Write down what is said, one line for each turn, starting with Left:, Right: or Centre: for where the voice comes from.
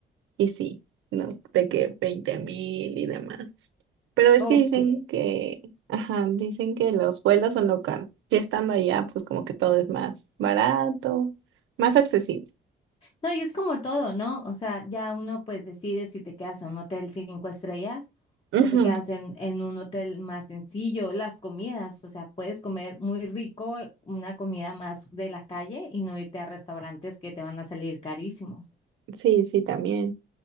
Right: Y sí, no, de que veinte mil y demás. Pero es
Left: ok.
Right: que dicen que, ajá, dicen que los vuelos son lo caro. Y estando allá, pues como que todo es más barato, más accesible.
Left: No, y es como todo, ¿no? O sea, ya uno pues decide si te quedas en un hotel cinco estrellas
Right: Ujú.
Left: o te quedas en, en un hotel más sencillo, las comidas, o sea, puedes comer muy rico una comida más de la calle y no irte a restaurantes que te van a salir carísimos,
Right: Sí, sí, también.